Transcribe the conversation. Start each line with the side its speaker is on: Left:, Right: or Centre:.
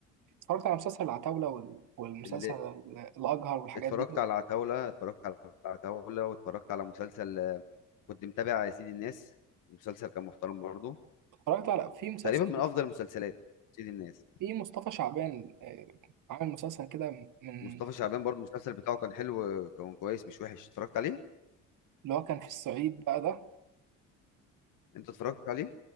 Right: اتفرجت على مسلسل العتاوله وال... والمسلسل
Left: اللي
Right: ال- الاجهر والحاجات
Left: اتفرجت
Right: دي
Left: على عتاولة اتفرجت على عتاولة واتفرجت على مسلسل آه، كنت متابع سيد الناس المسلسل كان محترم برضه
Right: اتفرجت على في مسلسل
Left: تقريبا من افضل المسلسلات سيد الناس
Right: في مصطفى شعبان آه، عامل مسلسل كده من
Left: مصطفى شعبان برضه المسلسل بتاعه كان حلو كان كويس مش وحش اتفرجت عليه
Right: اللي هو كان في الصعيد بقى ده
Left: انت اتفرجت عليه